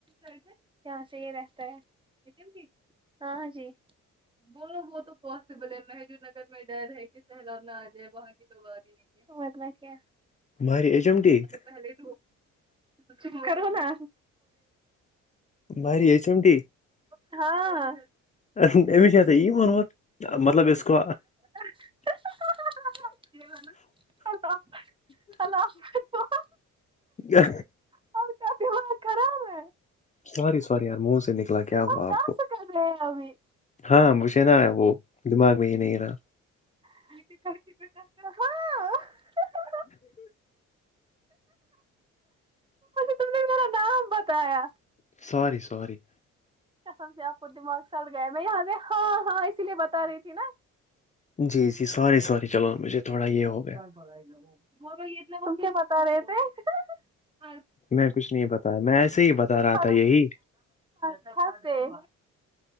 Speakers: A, on the right; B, on the left.
A: جہاں سے یہ راستہ ہے لیکن جی ہاں جی بولو وہ تو پوسیبل ہے <unintelligible> ت میں ڈر ہے کہ سیلاب نہ آ جائے وہاں کی تو بات ہی نہیں ہے ورنہ کیا
B: ماری ایچ ایم ٹی
A: پہلے چپ کرو نہ
B: بھاری ہے چمٹی
A: ہاں
B: ام <unintelligible> یہی وونمت مطلب اس کو
A: <unintelligible>
B: کیا
A: اور کا دماغ خراب ہے
B: سوری سوری یار منہ سے نکلا کیا ہوا
A: ہم
B: آپ
A: ڈانس
B: کو
A: کر رہے ہیں ابھی
B: ہاں مجھے نا وہ دماغ میں ہی نہیں رہا
A: ہاں تم نے میرا نام بتایا
B: سوری سوری
A: قسم سے آپ کو دماغ سڑ گیا میں یہاں سے ہاں ہاں اسی لیے بتا رہی تھی نا
B: جی جی سوری سوری چلو مجھے تھوڑا یہ ہو گیا
A: تم کیا پکا رہے تھے <unintelligible>
B: میں کچھ نہیں بتایا میں ایسے ہی بتا رہا
A: پھا
B: تھا یہی
A: پھس گئے